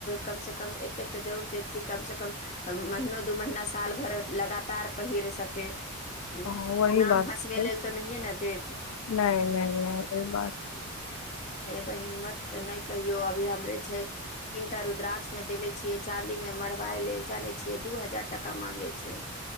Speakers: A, on the left (about 30°); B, on the left (about 75°).
A: कम से कम एतेक तऽ जरूर देत कि कम से कम महनो दू महीना साल भर लगातार पहिर सकय ह
B: हाँ, वही
A: नाम
B: बात
A: हँसबै
B: छलै
A: लेल तऽ नहिए नए देत
B: नहि नहि नहि ओ बात
A: हे ब्मत नहि कहियो अभी हमरे छै तीनटा रुद्राक्ष में देले छियै चाँदी मे मरबाइ लेल जाने छियै दू हजार टका मांगे छै